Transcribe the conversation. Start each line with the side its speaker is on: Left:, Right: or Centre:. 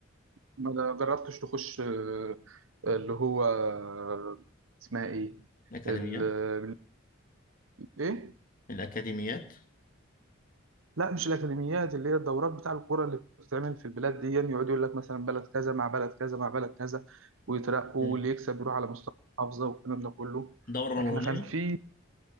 Right: ما جربتش تخش آه، اللي هو آه، اسمها ايه
Left: الأكاديميات
Right: ال- ايه
Left: الأكاديميات
Right: لا مش الاكاديميات اللي هي الدورات بتاع الكوره اللي بتتعمل في البلاد دي يقعد يقول لك مثلا بلد كذا مع بلد كذا مع بلد كذا ويترقوا
Left: مم.
Right: واللي يكسب يروح على مستوى المحافظه والكلام ده كله
Left: دورة رمضانية
Right: احنا كان في